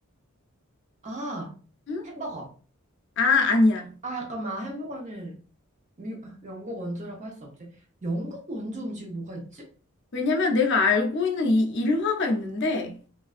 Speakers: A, on the right (about 35°); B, on the left (about 55°).
A: 아,
B: 응?
A: 햄버거.
B: 아, 아니야.
A: 아, 약간 막 햄버거는 미, 영국 원조라고 할 수 없지. 영국 원조 음식이 뭐가 있지?
B: 왜냐면 내가 알고 있는 이 일화가 있는데,